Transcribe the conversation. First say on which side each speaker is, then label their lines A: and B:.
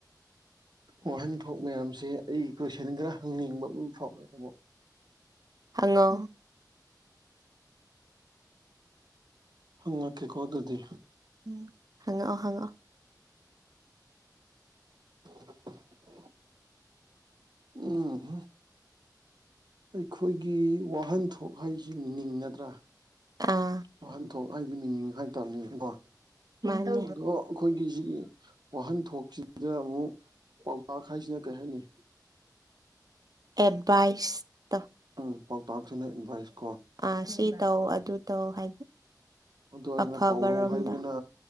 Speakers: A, on the right (about 75°); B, on the right (about 60°).
A: ꯑ ꯑꯍꯟꯊ ꯃꯌꯥꯝꯁꯦ ꯑꯩꯒꯤ ꯀꯣꯏꯁꯟ ꯈꯔ ꯍꯪꯅꯤꯡꯕ ꯑꯃ ꯐꯥꯎꯔꯦ ꯇꯥꯣ
B: ꯍꯉꯣ
A: ꯍꯪꯉꯛꯀꯦꯀꯣ ꯑꯗꯨꯗꯤ
B: ꯎꯝ ꯍꯉ ꯍꯉ
A: <unintelligible> ꯎꯝ ꯑꯩꯈꯣꯏꯒꯤ ꯋꯥꯍꯟꯊꯣꯛ ꯍꯥꯏꯁ ꯁꯤ ꯃꯤꯅꯤꯡ ꯅꯠꯇ꯭ꯔꯥ
B: ꯑꯥ
A: ꯋꯥꯍꯟꯊꯣꯛ ꯍꯥꯏꯗꯤ ꯃꯤꯅꯤꯡ ꯍꯥꯏꯇꯥꯔꯅꯦꯀꯣ
B: ꯃꯥꯅꯦ
A: ꯑꯗꯣ ꯑꯩꯈꯣꯏꯒꯤ ꯁꯤꯒꯤ ꯋꯥꯍꯟꯊꯣꯛꯁꯤꯗ ꯑꯃꯨꯛ ꯄꯥꯎꯇꯥꯛ ꯍꯥꯏꯁꯤꯅ ꯀꯔꯤ ꯍꯥꯏꯅꯤ
B: ꯑꯦꯠꯚꯥꯏꯁꯇ
A: ꯎꯝ ꯄꯥꯎꯇꯥꯛꯁꯤꯅ ꯏꯟꯚꯥꯏꯁ
B: ꯑꯥ ꯁꯤ ꯇꯧ ꯑꯗꯨ ꯇꯧ ꯍꯥꯏꯗꯤ
A: ꯑꯗꯨ ꯑꯣꯏꯔꯒꯅ
B: ꯑꯐꯕꯔꯣꯝꯗ
A: ꯄꯥꯎꯔꯧ ꯍꯥꯏꯕꯅ